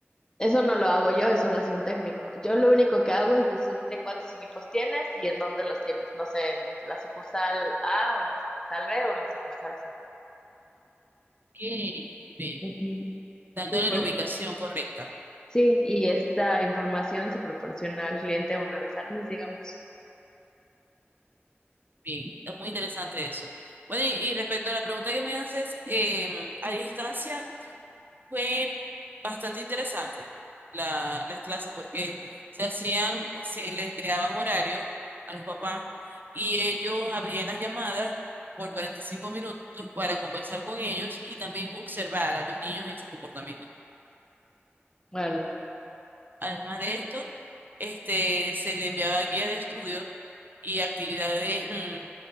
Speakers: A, on the left; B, on the right.
A: Eso no lo hago yo, eso lo hace un técnico. Yo lo único que hago es decirte cuántos equipos tienes y en dónde los tienes. No sé, en la sucursal A o en la sucursal B o en la sucursal C.
B: Bien, bien,
A: Ujú,
B: dándole
A: Sí, por
B: la
A: eso.
B: ubicación correcta.
A: Sí, y esta información se proporciona al cliente una vez al mes, digamos.
B: Bien, es muy interesante eso. Bueno, y, y respecto a la pregunta que me haces, eh, a distancia, Fue bastante interesante la, las clases porque se hacían, o se les creaban horarios a los papás y ellos abrían las llamadas por 45 minutos para conversar con ellos y también observar a los niños y su comportamiento.
A: Vale,
B: Además de esto, este, se le enviaba guía de estudio y actividades mm,